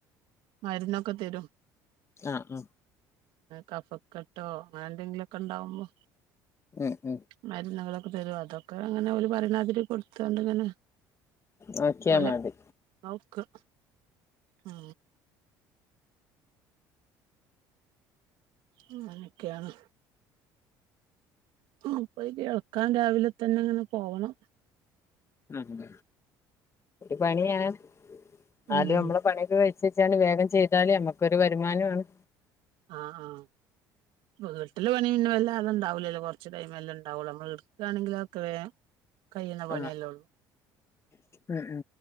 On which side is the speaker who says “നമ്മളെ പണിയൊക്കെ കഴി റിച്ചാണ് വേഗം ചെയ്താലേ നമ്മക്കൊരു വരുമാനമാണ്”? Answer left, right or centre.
Left